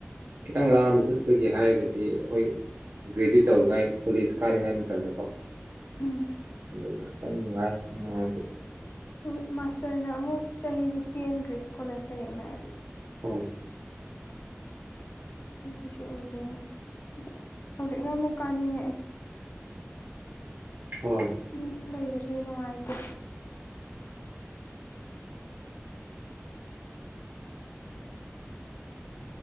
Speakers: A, on the right; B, on the left.
A: ꯈꯤꯇꯪ ꯂꯥꯡꯕ ꯈꯣꯠꯄꯒꯤ ꯍꯥꯏꯔꯒꯗꯤ ꯗꯤ ꯑꯩꯈꯣꯏ ꯒ꯭ꯔꯦꯖꯨꯑꯦꯠ ꯇꯧꯔꯤꯉꯥꯏ ꯀꯣꯂꯦꯖ ꯀꯥꯔꯤꯉꯩ ꯃꯇꯝꯗ ꯀꯣ
B: ꯎꯝ
A: ꯑꯗꯨꯅ ꯈꯤꯇꯡ ꯅꯨꯡꯉꯥꯏ ꯅꯨꯡꯉꯥꯏꯕꯕꯨꯗꯤ
B: ꯍꯣꯏ ꯃꯥꯁꯇꯔꯅ ꯑꯃꯨꯛ ꯆꯍꯤꯁꯤ ꯇꯦꯟꯈ꯭ꯔꯦ ꯀꯣꯂꯦꯖꯀ ꯌꯦꯡꯅꯔꯗꯤ
A: ꯍꯣꯏ
B: ꯑꯗꯨꯒꯤꯁꯨ ꯑꯣꯏꯗꯣꯏꯅꯦ ꯑꯗꯨ ꯍꯧꯖꯤꯛꯅ ꯑꯃꯨꯛ ꯀꯥꯅꯤꯡꯉꯛꯑꯦ <inaudible>
A: ꯍꯣꯏ
B: ꯌꯨꯝ ꯂꯩꯕꯁꯦ ꯅꯨꯡꯉꯥꯏꯇꯦ